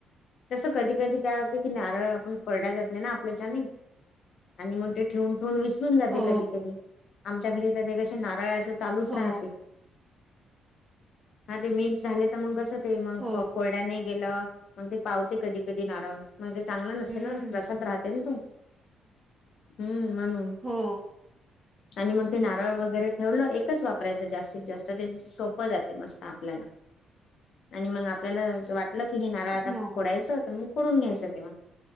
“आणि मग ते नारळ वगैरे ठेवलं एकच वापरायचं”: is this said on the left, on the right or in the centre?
Left